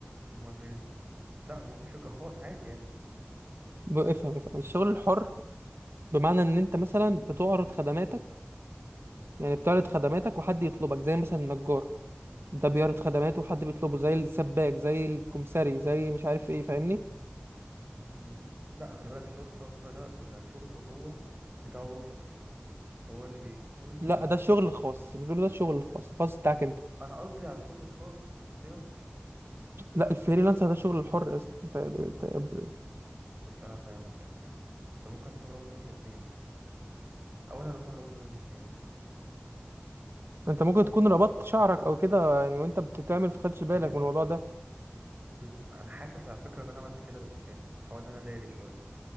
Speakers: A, on the right; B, on the right.
A: امال ايه لا ممكن شركه خاص عادي يعني
B: ب- افهم افهم الشغل الحر بمعنى ان انت مثلا بتعرض خدماتك يعني بتعرض خدماتك وحد يطلبك زي مثلا النجار ده بيعرض خدماته حد بيطلبه زي السباك زي الكمساري زي مش عارف ايه فاهمني
A: امم لا خلي بالك الشغل الحر ده يبقى شغل هو بتاعه هو شخصي هو اللي بيكون
B: لا ده الشغل الخاص اللي بيقولوا ده الشغل الخاص الخاص بتاعك انت
A: انا قصدي على الشغل الخاص الفريلانسر
B: لا الفريلانسر ده الشغل الحر يا اسطى انت انت انت
A: بص انا فاهمك انا فاهمك انت ممكن تكون ربطت بين الاثنين او انا اللي اكون ربطت بين الاثنين
B: انت ممكن تكون ربطت شعرك او كده يعني وانت بتتعمل في خدش بالك
A: بين ال...
B: من الموضوع ده
A: بز... انا حاسس على فكره ان انا عملت كده بس يعني بحاول ان انا داري شويه